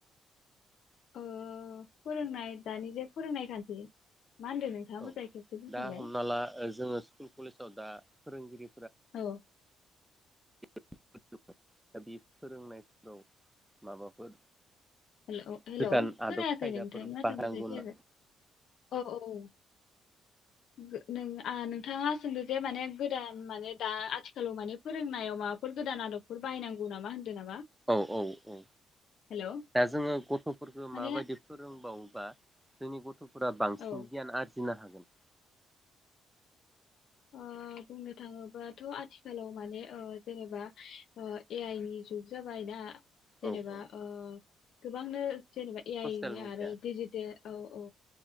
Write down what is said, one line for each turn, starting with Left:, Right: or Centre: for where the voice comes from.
Left: फोरोंनाय दानि जे फोरोंनाय खान्थि मा होनदों नोंथाङा
Centre: औ
Left: मोजाङै खनसे बुंफिनलाय
Centre: दा हमना ला ओ जोङो स्कुल कलेजाव दा फोरोंगिरि
Left: औ।
Centre: <unintelligible> दा बे फोरोंनायफोराव माबाफोर
Left: हेल' हेल'
Centre: गोदान आदब
Left: खोनायाखै
Centre: खायदाफोर
Left: नोंथांनि माथोआ
Centre: बाहायनांगौ
Left: मोजांयै
Centre: होनना
Left: फैयाखै औ औ गो नों आ नोंथाङा सोंदों जे माने गोदान माने दा आथिखालाव माने फोरोंनायाव माबाफोर गोदान आदबफोर बायनांगौ नामा होनदो ना
Centre: औ औ औ
Left: औ
Centre: दा जोङो गथ'फोरखौ
Left: माने
Centre: माबायदि फोरोंबावोबा जोंनि ग थ'फोरा बांसिन
Left: औ
Centre: गियान आरजि नो हागोन
Left: ओ बुंनो थाङोबाथ' आथिखालाव माने ओ जेनेबा ओ ए आइ नि जुग जाबाय दा। जेनेबा
Centre: औ औ
Left: ओ गोबांनो जेनेबा ए
Centre: ससियेल
Left: आइ नि
Centre: मिडिया
Left: आरो डिजिटेल औ औ